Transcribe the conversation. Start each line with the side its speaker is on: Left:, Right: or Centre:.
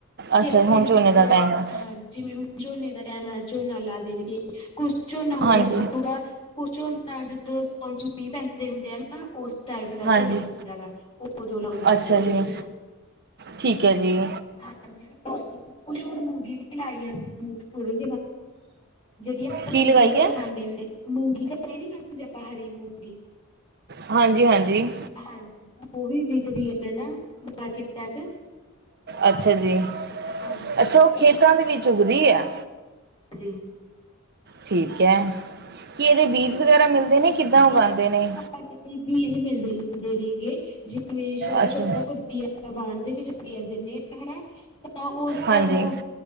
Left: ਖੇਤੀ
Right: ਅੱਛਾ ਹੁਣ
Left: ਦੇ
Right: ਝੋਨੇ
Left: ਵਿੱਚ
Right: ਦਾ ਟਾਈਮ ਆ
Left: ਹਾਂ, ਜਿਵੇਂ ਹੁ ਝੋਨੇ ਦਾ ਟੈਮ ਆਇਆ, ਝੋਨਾ ਲਾ ਦੇਣਗੇ ਕੁੱਛ ਝੋਨਾ ਹੁਨ
Right: ਹਾਂਜੀ
Left: ਲੱਗੂਗਾ। ਕੁੱਛ ਝੋਨਾ ਜਦੋਂ ਸੌਣ'ਚ ਮੀਂਹ ਪੈਂਦੇ ਹੁੰਦੇ ਆ, ਨਾ ਉਸ ਟਾਈਪ ਦਾ
Right: ਹਾਂਜੀ
Left: ਝੂਨਾ ਹੁੰ ਹੁੰਦਾ ਵਾ ਉਹ ਉਦੋਂ ਲਾਉਂਦੇ ਨੇ
Right: ਅੱਛਾ
Left: ਕੁੱਛ
Right: ਜੀ
Left: ਝੋਨਾ।
Right: ਠੀਕ ਹੈ ਜੀ
Left: ਹਾਂਜੀ ਫਿਰ। ਕੁੱਛ ਹੁਣ ਮੂੰਗੀ ਵੀ ਲਾਈ ਹੈ ਅਸੀ ਥੋੜੀ ਜੀ। ਉਹ
Right: ਕੀ
Left: ਮੂੰਗੀ
Right: ਲਗਾਈ
Left: ਘਰੇ
Right: ਹੈ
Left: ਖਾਂਦੇ ਵੀ ਨੇ ਮੂੰਗੀ ਘਰੇ ਨੀ ਖਾਂਦੇ ਆਪਾਂ ਹਰੀ ਮੂੰਗੀ।
Right: ਹਾਂਜੀ ਹਾਂਜੀ।
Left: ਹਾਂਜੀ ਉਹ ਵੀ ਵਿਕਦੀਆਂ ਨੇ ਨਾ ਮਾਰਕੀਟਾਂ ਚ।
Right: ਅੱਛਾ ਜੀ
Left: ਹਾਂਜੀ
Right: ਅੱਛਾ
Left: ਕੁਛ
Right: ਉਹ ਖੇਤਾਂ ਦੇ ਵੀ ਉਗਦੀ ਹੈ।
Left: ਜੀ।
Right: ਠੀਕ ਹੈ। ਕੀ ਇਹਦੇ ਬੀਜ ਵਗੈਰਾ ਮਿਲਦੇ ਨੇ ਕਿੱਦਾਂ ਉਗਾਂਦੇ ਨੇ।
Left: ਹਾਂਜੀ ਬੀਜ ਮਿਲਦੇ ਹੁੰਦੇ ਨੇਗੇ ਜਿਵੇਂ ਛੋਟਾ-ਛੋਟਾ।
Right: ਅੱਛਾ
Left: ਬਾਨ ਦੇ ਵਿੱਚ ਗੇਰ ਦਿੰਦੇ ਹਨਾ ਤਾਂ ਉਸ ਤੋਂ
Right: ਹਾਂਜੀ
Left: ਉਹ।